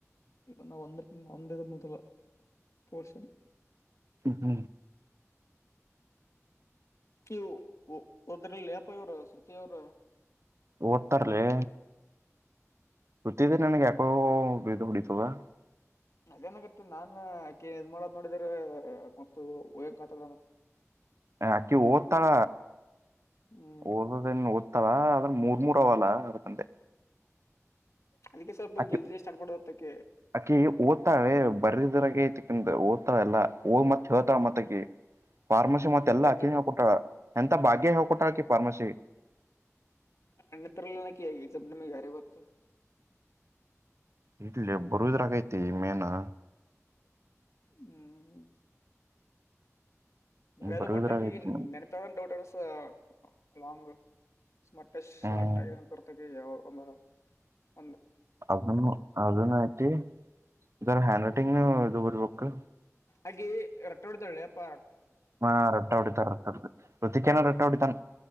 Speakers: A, on the left; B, on the right.
A: ಇವ ನಾ ಒಂದ ಒಂದೇದ ಮೊದಲ ಪೋರ್ಷನ್
B: ಹ್ಮ್
A: ನೀವು ಹೋದ್ರಲ್ಲೆ ಅಪ್ಪ ಇವ್ರ ಶೃತಿ ಅವರು
B: ಓತರಲ್ಲೇ ಸುತ್ತಿದ ನನಗೆ ಯಕೋ ಇ ಇದು ಪಡಿತದಾ
A: ಅದೇನಾಗತ್ತೆ ನಾನ್ ಆಕೆ ಇದ್ ಮಾಡದ್ ನೋಡಿದ್ರ ಮತ್ತು ಓಯಕೆತಾ
B: ಆಕಿ ಓದ್ತಳ
A: ಹ್ಮ್
B: ಓದದೇನು ಇತಾವ ಅದನ್ ಮೂರ್ ಮೂರ್ ಅವವಲ್ಲ ಅದಕಂದೆ
A: ಅದಕ್ಕೆ ಸ್ವಲ್ಪ
B: ಅಕಿ
A: ಜಲ್ದಿ ಜಲ್ದಿ ಸ್ಟಾರ್ಟ್ ಮಾಡೋದಕ್ಕೆ
B: ಅಕಿ ಓದ್ತಾಳೆ ಬರಿದ್ರಾಗ ಐತಿ ಹಓದತಾರ ಎಲ್ಲಾ ಹ ಮತ್ತತ್ ಹೇಳ್ತಾರ ಮತ್ತಕ್ಕೆ ಫಾರ್ಮಸಿ ಮತ್ತ ಎಲ್ಲಾಕಿನ
A: ನೆನಪಿ
B: ಹಕ ಕೊಟ್ಟಳ ಎಂತ ಭಾಗ್ಯ ಹೇಕೊಟ್ಟಳಕಿ ಫಾರ್ಮಸಿ
A: ನ್ನತ್ರಲ್ಲ ನ ಆ ಜಮದುಮ್ಮ ಗಾರೆ ಬತ
B: ಇಡ್ಲಿ ಬರದ್ರಕೈತಿ ಮೇನಾ
A: ಹ್ಮ್ ಬರ ಅದ
B: ಬರುದ್ರಾಗ
A: ಬಟ್ಟಾಗಿ
B: ಐತಿ
A: ನೆನಪಾಗೋದ್ ಡೌಟ್ ಅನ್ನಿಸ್ತದ ಲಾಂಗ್. <unintelligible>
B: ಹ್ಮ್
A: ಶಾರ್ಟ್ ಆಗಿ <unintelligible> ಒಂದ್
B: ಅದನ್ನು ಅದನ್ನ ಐತಿ ಜರಾ ಹ್ಯಾಂಡ್ರೈಟಿಂಗ್ ಇದು ಬರ್ಬೇಕು.
A: ಆಕಿ ರಟ್ ಹೊಡಿತಾಳೆ ಅಪ್ಪ.
B: ಹಾ ರಟ್ಟ ಹೊಡಿತಾರ ರಟ್ಟ ಹೊಡಿತಾರ <unintelligible> ಹೊಡಿತಾನ